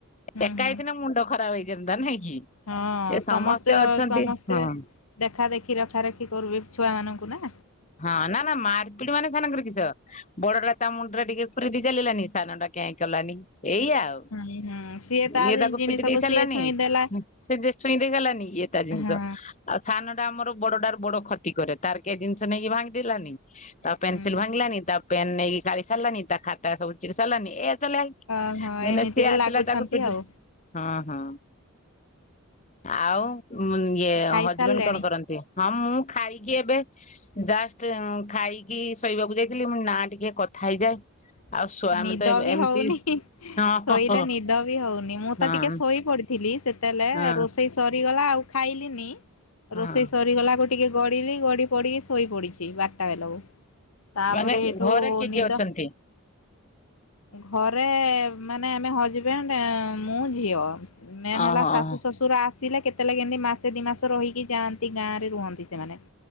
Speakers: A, on the left (about 75°); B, on the left (about 30°).
A: ହୁଁ
B: ଏକା
A: ହୁଁ
B: ହେଇଥିନେ ମୁଣ୍ଡ ଖରାପ ହେଇ ଜେମତା ନୁହଁ କି।
A: ହଁ
B: ଏ
A: ସମସ୍ତେ
B: ଅଛନ୍ତି
A: ସମସ୍ତେ।
B: ହଁ
A: ଦେଖା ଦେଖି ରଖାରଖି କରିବି ଛୁଆମାନଙ୍କୁ ନା।
B: ହଁ ନା ନା ମାରପିଡି ମାନେ ସୋମନଙ୍କର କିସ। ବଡ ଟା ତା ମୁଣ୍ଡ ଟା ଟିକେ ଫୁରିଦ ଚାଲିଲାନି ସାନ ଟା କେଁ କଲାନି ଏଇ ଆଉ।
A: ହୁଁ ହୁଁ ସିଏ ତା
B: ଇଏ ତାକୁ
A: ଜିନିଷକୁ
B: ପିଟି ଦେଇ ସାରିଲାନି
A: ସିଏ ଛୁଇଁ ଦେଲା
B: ସେ ଦେ ଛୁଇଁ ଦେଇ ସାରିଲାନି ଇଏ ତା ଜିନିଷ
A: ହଁ।
B: ଆଉ ସାନ ଟା ଆମର ବଡଟାରୁ ବଡ ଖଟି କରେ ତାର କେହି ଜିନିଷ ନେଇକି ଭାଙ୍ଗିଦେଲାନି ତା ପେନସିଲ
A: ହୁଁ ହୁଁ
B: ଭାଙ୍ଗିଲାନି ତା ପେନ୍ ନେଇକି କାଳି ସାରିଲାନି ତା ଖାତା ସବୁ ଚିରି ସାରିଲାନି ଏ ଚଲେ ଆଇ।
A: ଓହୋ
B: ମାନେ
A: ଏମିତିରେ
B: ସିଏ ଆସିଲା
A: ଲାଗୁଛନ୍ତି
B: ତାକୁ ପିଟ୍
A: ଆଉ
B: ଲା ହଁ ହଁ ଆଉ ଇଏ
A: ଖାଇସାରିଲେଣି?
B: ହଜବେଣ୍ଡ କଣ କରନ୍ତି। ହଁ ମୁଁ ଖାଇକି ଏବେ ଜାଷ୍ଟ ଖାଇକି ଶୋଇବାକୁ ଯାଇଥିଲି ମୁଁ ନା ଟିକେ କଥା ହେଇଯାଏ। ଆଉ ସ୍ଵାମୀ
A: ନିଦ
B: ତ ଏବେ
A: ବି
B: ଏମିତି
A: ହଉନି
B: ହଁ
A: ଶୋଇଲେ
B: ହଁ ହଁ
A: ନିଦ ବି ହଉନି ମୁଁ
B: ହଁ
A: ତ ଟିକେ ଶୋଇ ପଡି ଥିଲି ସେତେଲେ
B: ହଁ।
A: ରୋଷେଇ ସରିଗଲା ଆଉ ଖାଇଲିିନି
B: ହଁ
A: ରୋଷେଇ ସରିଗଲା ଗୋଟ ଟିକେ ଗଡିଲି ଗଡି ପଡିକି ଶୋଇ ପଡିଛି ବାରଟା ବେଲକୁ। ତାପରେ
B: ମାନେ
A: ହେଠୁ
B: ଘରେ କିଏ କିଏ
A: ନିଦ
B: ଅଛନ୍ତି?
A: ଘରେ ମାନେ ଆମେ ହଜବେଣ୍ଡ ମୁଁ ଝିଅ ମେନ୍
B: ଓହୋ
A: ହେଲା ଶାଶୁ
B: ଓହୋ।
A: ଶଶୁର ଶଶୁର ଆସିଲେ କେତେ ଲାଗି ଏମ୍ ତି ମାସେ ଦି ମାସ ରହିକି ଯାଆନ୍ତି ଗାଁ ରେ ରୁହନ୍ତି ସେମାନେ।